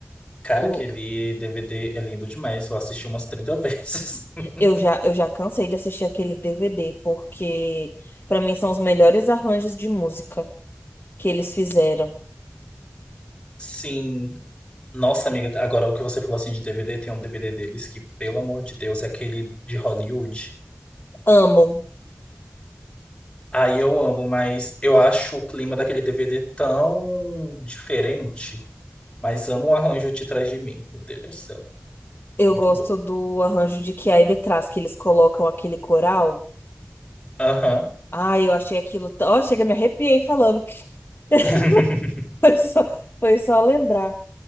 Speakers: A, on the left; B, on the left.
A: Cara,
B: O,
A: aquele DVD é lindo demais. Eu assisti umas 30 vezes. <laughs>
B: eu já, eu já cansei de assistir aquele DVD, porque pra mim são os melhores arranjos de música que eles fizeram.
A: Sim. Nossa, amiga, agora o que você falou assim de DVD, tem um DVD deles que, pelo amor de Deus, é aquele de Hollywood.
B: Amo.
A: Aí eu amo, mas eu acho o clima daquele DVD tão diferente. Mas amo o arranjo de trás de mim. Meu Deus do céu.
B: Eu
A: Muito
B: gosto
A: bom.
B: do arranjo de Que Há Detrás, que eles colocam aquele coral.
A: Aham.
B: Ai, eu achei aquilo. tão- Ó, chega, me arrepiei falando. <laughs>
A: <laughs>
B: Foi só, foi só lembrar.